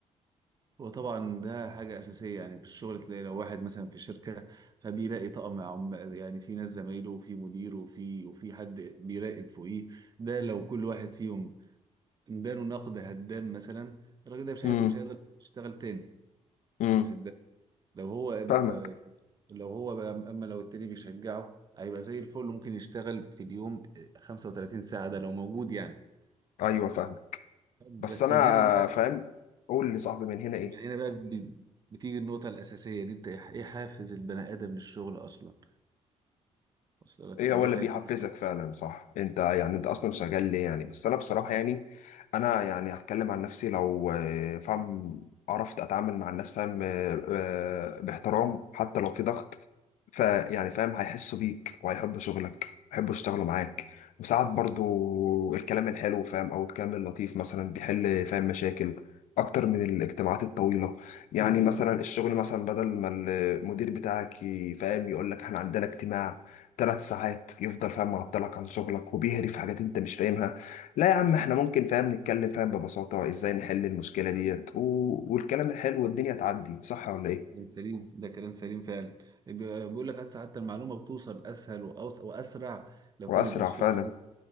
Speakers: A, on the right (about 30°); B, on the left (about 80°).
A: وطبعا ده حاجة أساسية يعني في الشغل تلاقي لو واحد مثلا في شركة فبيلاقي طقم عم يعني في ناس زمايله وفي مدير وفي وفي حد بيراقب فوقيه ده لو كل واحد فيهم اداله نقد هدام مثلا الراجل ده مش
B: امم
A: هيقدر مش هيقدر يشتغل تاني
B: امم
A: واخد بالك لو هو بس
B: فاهمك
A: لو هو بقى أما لو التاني بيشجعه هيبقى زي الفل ممكن يشتغل في اليوم 35 ساعة ده لو موجود يعني
B: ايوه فاهمك بس
A: بس
B: انا
A: من هنا بقى
B: فاهم قول لي صاحبي من هنا ايه
A: من هنا بقى بي- بتيجي النقطة الأساسية دي أنت إيه إيه حافز البني آدم للشغل أصلا؟ أصل لك
B: ايه
A: الدافع
B: هو اللي بيحفزك
A: الأساسي
B: فعلا صح انت يعني انت اصلا شغال ليه يعني بس انا بصراحه يعني انا يعني هتكلم عن نفسي لو آه، فاهم عرفت اتعامل مع الناس فاهم آه، آه، باحترام حتى لو في ضغط فيعني فاهم هيحسوا بيك وهيحبوا شغلك هيحبوا يشتغلوا معاك وساعات برضو الكلام الحلو فاهم او الكلام اللطيف مثلا بيحل فاهم مشاكل اكتر من الاجتماعات الطويله يعني مثلا الشغل مثلا بدل ما المدير بتاعك ي- فاهم يقول لك احنا عندنا اجتماع ثلاث ساعات يفضل فاهم معطلك عن شغلك وبيهري في حاجات انت مش فاهمها لا يا عم احنا ممكن فاهم نتكلم فاهم ببساطة ازاي نحل المشكلة ديت و... والكلام الحلو والدنيا تعدي صح ولا ايه
A: كلام سليم ده كلام سليم فعلا بي- بيقول لك هسه حتى المعلومة بتوصل أسهل وأوس وأسرع لو
B: واسرع
A: كانت بسهولة
B: فعلا